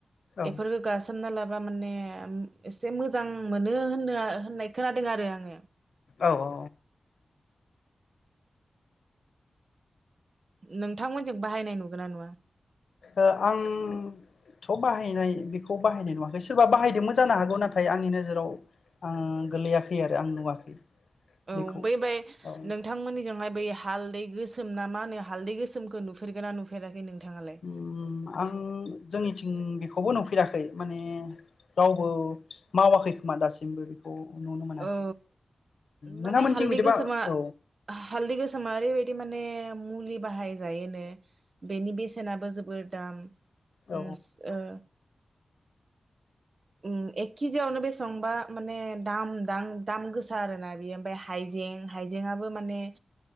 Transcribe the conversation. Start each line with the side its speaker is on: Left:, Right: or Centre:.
Left: औ
Right: बेफोरखौ गासोमना लाब बा माने ओम एसे मोजां मोनो होनो होननाय खोनादों आरो आङो।
Left: औ औ।
Right: नोंथांमोनजों बाहायनाय नुगोनना नुवा?
Left: ओ आं थ' बाहायनाय बेखौ बाहायनाय नुवाखै, सोरबा बाहायदोंमोन जानो हागौ। नाथाय आंनि नोजोराव आं गोलैयाखै आरो आं नुवाखै
Right: औ
Left: बेखौ
Right: बै बाय
Left: औ
Right: नोंथांमोननिजोंहाय बै हालदै गोसोम ना मा होनो? हालदै गोसोमखौ नुफेरगोना नुफेराखै नोंथाङालाय
Left: उम आं जोंनिथिं बे खौबो नुफेराखै माने रावबो मावाखै खोमा दासिमबो बेखौ नुनो मोनाखै
Right: औ
Left: नोंथांमोनथिं
Right: माने हालदै
Left: बिदिबा
Right: गोसोमा
Left: औ
Right: हालदै गोसोमा ओरैबायदि माने मुलि बाहायजायोनो बेनि बेसेनाबो जोबोर दाम।
Left: औ
Right: ओम ओ उम एकखिजेआवनो बेसेबांबा माने दाम दाम गोसा आरोना बेयो ओमफ्राय हाइजें हाइजेंआबो माने